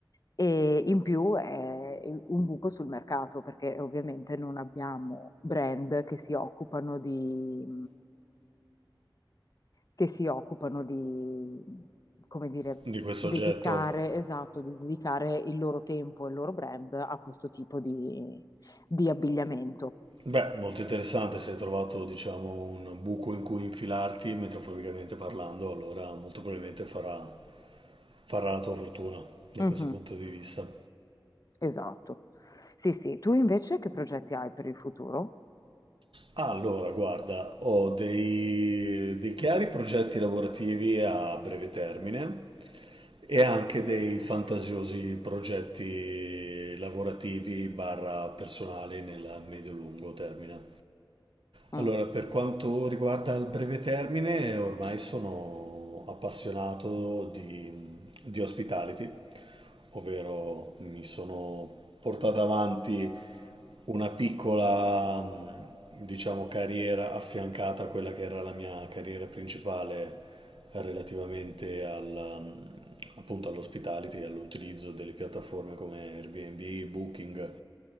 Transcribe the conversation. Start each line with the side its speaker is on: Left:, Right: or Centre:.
Left: E in più è un buco sul mercato perché ovviamente non abbiamo brand che si occupano di, che si occupano di, come dire,
Right: Di questo
Left: dedicare,
Right: oggetto
Left: esatto, di dedicare il loro tempo e il loro brand a questo tipo di, di abbigliamento.
Right: Beh, molto interessante se hai trovato, diciamo, un buco in cui infilarti, metaforicamente parlando, allora molto probabilmente farà, farà la tua fortuna da
Left: Mhm,
Right: questo punto di vista.
Left: esatto. Sì, sì. Tu invece che progetti hai per il futuro?
Right: Allora, guarda, ho dei, dei chiari progetti lavorativi a breve termine e anche dei fantasiosi progetti lavorativi barra personali nel medio-lungo termine.
Left: Mm.
Right: Allora, per quanto riguarda il breve termine, ormai sono appassionato di, di hospitality, ovvero mi sono portato avanti una piccola, mh, diciamo, carriera affiancata a quella che era la mia carriera principale relativamente alla, mh, appunto all'hospitality, all'utilizzo delle piattaforme come Airbnb, Booking